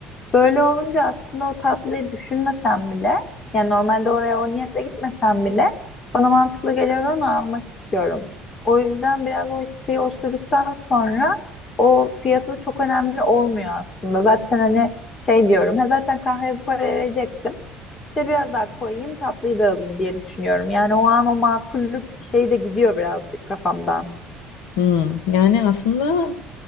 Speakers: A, on the left; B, on the left.
A: Böyle olunca aslında o tatlıyı düşünmesem bile, yani normalde oraya o niyetle gitmesem bile bana mantıklı geliyor ve onu almak istiyorum. O yüzden biraz o isteği oluşturduktan sonra o fiyatı da çok önemli olmuyor aslında. Zaten hani şey diyorum, ha zaten kahveye bu paraya verecektim. İşte biraz daha koyayım tatlıyı da alayım diye düşünüyorum. Yani o an o makullük şeyi de gidiyor birazcık kafamdan.
B: Hmm, Yani aslında